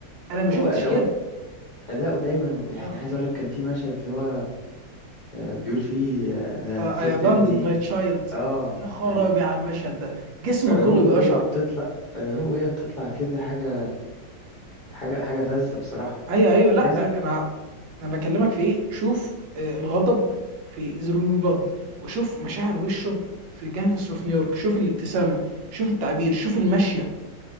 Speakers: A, on the right; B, on the left.
A: انا ما شفتش
B: هو اداؤه
A: كده
B: اداؤه دايما ويعني
A: يا
B: عايز اقول لك كان في مشهد اللي هو آه، بيقول فيه آه، انا سبت
A: اي abandoned
B: ابني
A: ماي تشايلد
B: اه
A: يا خرابي
B: يعني
A: على المشهد ده جسمك
B: عروق
A: كله
B: وهي
A: بيقشعر
B: بتطلع العروق وهي بتطلع كده حاجة حاجة حاجة فذة بصراحة
A: ايوه ايوه
B: انا
A: لا
B: عايز اقول لك
A: انا انا بكلمك في ايه شوف آه، الغضب في زيرو بي بلاد وشوف مشاعر وشه في جانجستر اوف نيويورك شوف الابتسامه شوف التعبير شوف المشيه